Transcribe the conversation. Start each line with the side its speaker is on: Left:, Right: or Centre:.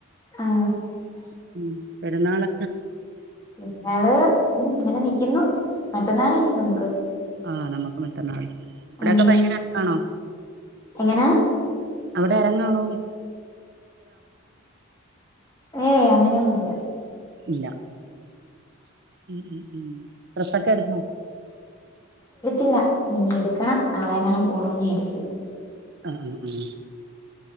Left: ആ
Right: <unintelligible> ഉം പെരുന്നാളാ
Left: പെരുന്നാള് ഇങ്ങനെ നിൽക്കുന്നു മറ്റന്നാളല്ലെ നമുക്ക്
Right: ആ നമുക്ക് മറ്റന്നാള് അവിടൊക്കെ
Left: ഉം
Right: ഭയങ്കര അരങ്ങാണോ?
Left: എങ്ങനാ
Right: അവിടെ അരങ്ങാണോന്ന്
Left: ഏയ് അങ്ങനൊന്നൂല്ല
Right: ല്ല ഉം ഉം ഉം ഡ്രസ്സൊക്കെ എടുത്തോ?
Left: ഇല്ല. ഇനി എടുക്കണം. നാളെങ്ങാനും പോണോന്ന് വിചാരിച്ച്
Right: ആ ആ ആ